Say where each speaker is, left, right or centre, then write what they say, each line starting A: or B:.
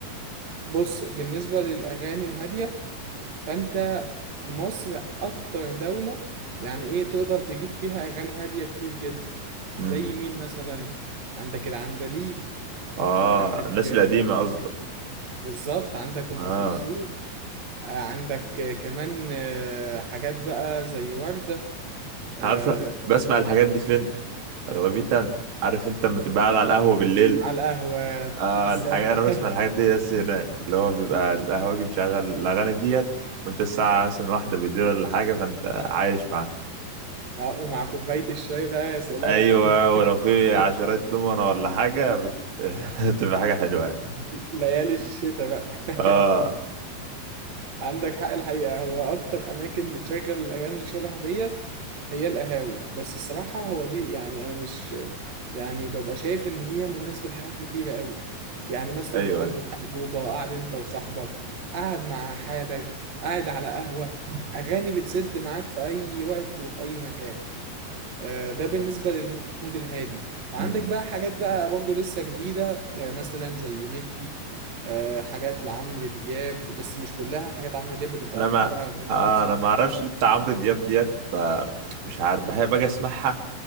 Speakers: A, on the right; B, on the right.
A: بص بالنسبة للأغاني الهادية فانت في مصر اكتر دولة يعني ايه تقدر تجيب فيها اغاني هادية كتير جدا
B: امم
A: زي مين مثلا عندك العندليب
B: اه
A: عندك
B: الناس
A: آه،
B: القديمه
A: أم
B: قصدك
A: ك- بالظبط عندك ام
B: اه
A: كلثوم آه، عندك آه، كمان آه، حاجات بقى زي وردة آه،
B: عارف بسمع الحاجات دي فين اغلبيتها عارف انت لما تبقى قاعد على القهوه بالليل
A: على القهوة
B: اه
A: بالظبط
B: الحاجة انا
A: <laughs>
B: بسمع الحاجات دي بس هناك اللي هو بيبقى القهوجي مشغل الاغاني ديت وانت الساعه مثلا واحدة بالليل ولا حاجه فانت عايش معاها
A: اه ومع كوباية الشاي بقى يا سلام
B: ايوه ولو في
A: <laughs>
B: عشرات دومنه ولا حاجه بت... <laughs> بتبقى حاجه حلوه يعني
A: ليالي الشتاء بقى <laughs>
B: اه
A: عندك حق الحقيقة هو أكتر أماكن بتشغل الأغاني اللي شبه ديت هي القهاوي بس الصراحة هو دي يعني أنا مش يعني ببقى شايف إن هي مناسبة لحاجات كتيرة قوي يعني مثلا
B: ايوه
A: في فترة
B: أيوة.
A: الخطوبة قاعد أنت وصاحبك قاعد مع حالك قاعد على قهوة أغاني بتسد معاك في أي وقت وفي أي مكان آه، ده بالنسبة للمود الهادي وعندك
B: مم.
A: بقى حاجات بقى برضو لسه جديدة آه، مثلا زي ميكي آه، حاجات لعمرو دياب بس مش كلها حاجات عمرو دياب بتبقى
B: انا
A: أكترها
B: ما
A: رومانسي
B: آه، انا ما اعرفش ليه بتاع عمرو دياب ديت ب... مش عارف بحب باجي اسمعها